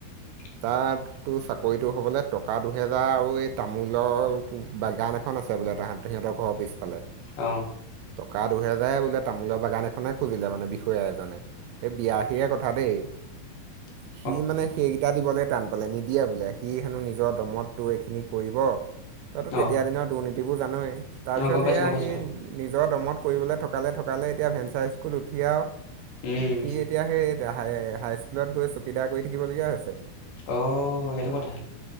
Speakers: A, on the left; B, on the right.
A: উ
B: তাতো চাকৰিতটো হ'বলৈ টকা দু হেজাৰ আৰু এই তামোলৰ বাগান এখন আছে বোলে তাঁত সিহঁতৰ ঘৰৰ পিছফালে
A: অ
B: টকা দুহেজাৰে বোলে তামোলৰ বাগান এনে খুজিলে মানে বিষয়া এজনে সেই বিয়াশীৰে কথা দেই
A: <unintelligible>
B: সি মানে সেইকেইটা দিবলৈ টান পালে নিদিয়ে বোলে সি হেনো নিজৰ দমত তো এইখিনি কৰিব তইতো
A: অ'
B: তেতিয়া দিনৰ দুৰ্নীতিবোৰ জানোৱেই তাৰপিছত
A: অ' গম পাইছোঁ
B: সেয়া
A: গম পাইছোঁ
B: সেই নিজৰ দমত কৰিবলৈ থকালে থকালে এতিয়া ভেঞ্চা স্কুল উঠি আৰু আৰু
A: উম।
B: সি এতিয়া সেই এতিয়া হাই হাই স্কুলত গৈ চকীদাৰ কৰি থাকিবলগীয়া হৈছে
A: অঁ সেইটো কথা